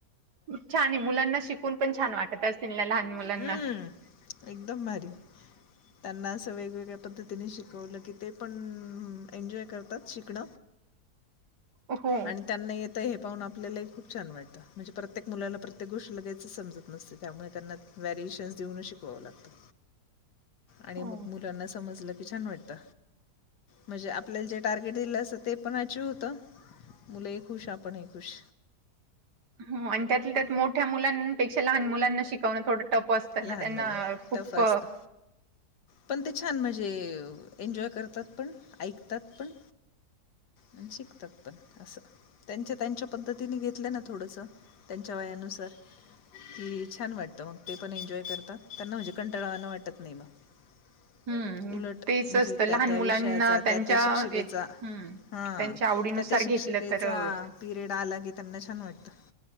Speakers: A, on the right (about 80°); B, on the left (about 80°).
A: खूप छान आहे मुलांना शिक फोन पण छान वाटत असतील, ना लहान मुलांना
B: हम्म, एकदम भारी त्यांना असं वेगवेगळ्या पद्धतीने शिकवलं, की ते पण एन्जॉय करतात, शिकण
A: हो.
B: आणि त्यांना येत ते हे पाहून आपल्यालाही खूप छान वाटतं, म्हणजे प्रत्येक मुलाला प्रत्येक गोष्टी लगेचच समजत नसते, त्यामुळे त्यांना ती व्हॅरिएशन्स देऊनच शिकवावं लागतं आणि
A: हो.
B: मग मुलांना समजलं की, छान वाटत म्हणजे आपल्याला जे टार्गेट दिलं असं ते पण अचिव्ह होत. मुलं ही खुश आपण ही खुश
A: हो आणि त्यातल्या त्यात मोठ्या मुलांपेक्षा लहान मुलांना शिकवणं थोडं टफ असत. त्यांना
B: लहान
A: त्यांना
B: बाल
A: खूप
B: टफ असतं पण ते छान म्हणजे एन्जॉय करतात पण, ऐकतात पण आणि शिकतात पण असं त्यांच्या त्यांच्या पद्धतीने घेतलं, ना थोडस त्यांच्या वयानुसार कि छान वाटतं मग ते पण एन्जॉय करतात, त्यांना म्हणजे कंटळावान वाटत नाही मग
A: हम्म
B: उलट
A: तेच
B: म्हणजे
A: असतं लहान
B: त्या त्या
A: मुलांना
B: विषयाचा,
A: त्यांच्या
B: त्या त्या शिक्षिकेचा
A: हम्म
B: हा
A: त्यांच्या आवडीनुसार
B: त्या त्या शिक्षिकेचा
A: घेतलं तर अ
B: पिरियड आला की, त्यांना छान वाटतं.